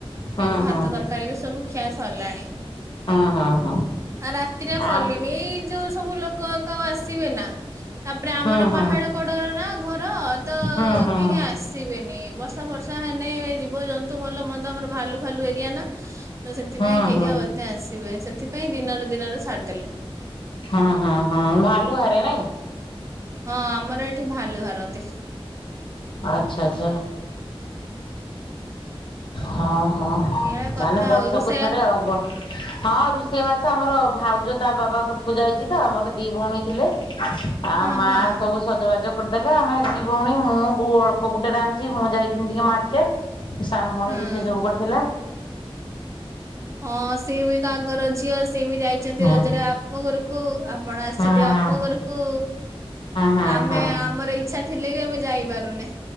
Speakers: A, on the left; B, on the right.
A: ହଁ
B: ଏବେ ଭାତ
A: ହଁ
B: ତରକାରୀ ବି ସବୁ ଖିଆ ସରିଲାଣି।
A: ହଁ ହଁ ହଁ।
B: ଆ ରାତିରେ ଆଉ
A: ଆମ୍
B: କଲିନି ଯୋଉ ସବୁ ଲୋକ ବାକ ଆଉ ଆସିବେ ନା ତାପରେ ଆମର
A: ହଁ ହଁ
B: ପାହାଡ କଡର ନା ଘର। ତ
A: ହଁ ହଁ।
B: କେହି ଆସିବେନି ବର୍ଷା ଫର୍ଷା ହେଲେେ ଜିବ ଜନ୍ତୁ ଭଲ ମନ୍ଦ ଆମର ଭାଲୁ ଫାଲୁ ଏରିଆ ନା। ତ ସେଥିପାଇଁ
A: ହଁ
B: କେହି
A: ହଁ
B: ଆଉ ଏତେ ଆସିବେନି ସେଥିପାଇଁ ଦିନରୁ ଦିନରୁ ସାରିଦେଲେ।
A: ହଁ ହଁ ହଁ ଭାଲୁ ବାହାରେ ନାଇଁ।
B: ହଁ ଆମର ଏଠି ଭାଲୁ ବାହାରନ୍ତି।
A: ଆଚ୍ଛା ଆଚ୍ଛା। ହଁ ହଁ
B: ଏଇଆ କଥା
A: ତାହେଲେ ବର୍ଷକୁ
B: ଆଉ ରୁଷେଇ
A: ଥରେ ଆଉ ବ ହଁ ରୋଷେଇବାସ ଆମର ଭାଉଜ ତା ବାବା ଘରକୁ ଯାଇଛି ତ ଆମର ଦି ଭଉଣୀ ଥିଲେ। ଆଉ
B: ହଁ
A: ମା
B: ହଁ
A: ସବୁ ସଜବାଜ କରିଦେଲେ ଆମେ ଦି ଭଉଣୀ ମୁଁ କୋ ଅଳ୍ପ ଗୋଟେ ତ ରାନ୍ଧିଛି ମୁଁ ଯାଇଥିଲି ଟିକେ ମାର୍କେଟ। ସାନ ଭଉଣୀ
B: ହଁ।
A: ରୋଷେଇ ସବୁ କରିଥିଲା।
B: ହଁ ସିଏ ବି ତା ଘର ଝିଅ ସିଏ ବି ଯାଇଛନ୍ତି
A: ହଁ।
B: ରଜରେ ଆପଣ ଙ୍କ ଘରକୁ ଆପଣ ଆସିଛନ୍ତି
A: ହଁ
B: ଆମ ଘରକୁ
A: ହଁ
B: ଆମେ
A: ହଁ
B: ଆମର ଇଚ୍ଛା ଥିଲେ ବି ଆମେ ଯାଇପାରୁନେ।